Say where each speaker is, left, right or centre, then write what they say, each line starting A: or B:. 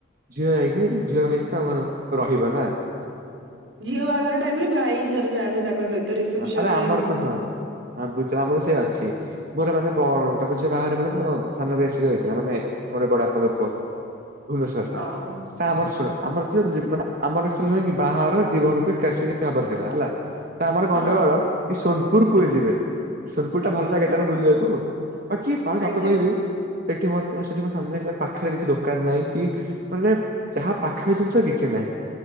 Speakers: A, on the right; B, on the right.
A: ଝିଅ ଯାଇକି ଝିଅ ହେଇକି ତାଙ୍କ ସ ରହିବ ନାଁ?
B: ଝିଅ ବାହାଘର ଟାଇମ ରେ ଭାଇ ତାର ଯାଆନ୍ତି ତାଙ୍କ ସହିତ ରିସିପସନ
A: ଆରେ
B: ଯାଏଁ
A: ଆମର
B: ରୁହନ୍ତି।
A: କହ ହଁ ବୁ ଯାଆ ଆମ ବି ସେୟା ଅଛି। ମୋର ମାନେ ବ ତମେ ଯୋଉ ବାହାରେ ମୋ ସାନ ଭାଇ ଆସି ରହିଥିଲା ମାନେ ମୋର ବଡା ପାଙ୍କ ପୁଅ। ଭୁବନେଶ୍ୱର ରେ।
B: ଓହୋ।
A: ଆମର ଶୁଣ ଆମର ଆକ୍ଚୁ ହଉଚି ଆମର ଆକ୍ଚୁଆଲି ନୁହେଁ କି ବାହାଘରର ଦି ଭଉଣୀଙ୍କ ଏକାଠି ହବାର ଥିଲା ହେଲା। ତ ଆମର ଗଣ୍ଡଗୋଳ
B: ହଁ
A: କି ସୋନପୁର କୁଏ ଯିବେ ସୋନପୁର ଟା ଭଲ ଜାଗା ଟା ନା ବୁଲିବାକୁ। ବାକି ଭାଇ
B: ଆଜ୍ଞା
A: ସତ କହିବି ଏଠି ମତେ ସେଠିମୋ ସାନଜରିଆ ପାଖରେ କିଛି ଦୋକାନ ନାହିଁ କି ମାନେ ଯାହା ପାଖାପାଖି ଜିନିଷ କିଛି ନାହିଁ।